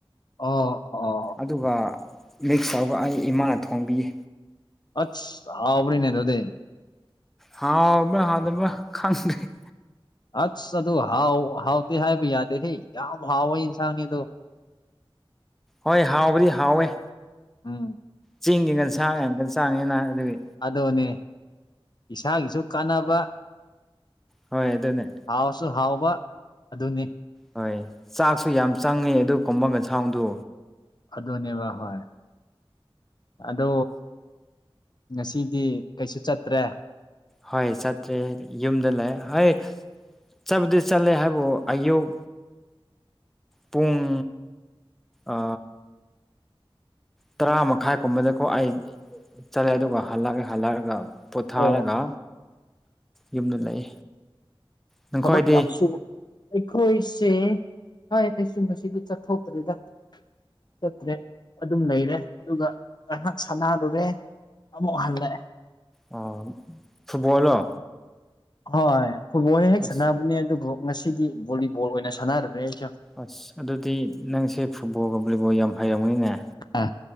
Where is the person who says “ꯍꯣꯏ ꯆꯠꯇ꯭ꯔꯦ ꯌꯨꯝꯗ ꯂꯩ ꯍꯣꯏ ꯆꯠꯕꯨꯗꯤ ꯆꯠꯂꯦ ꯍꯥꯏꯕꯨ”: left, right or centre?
Centre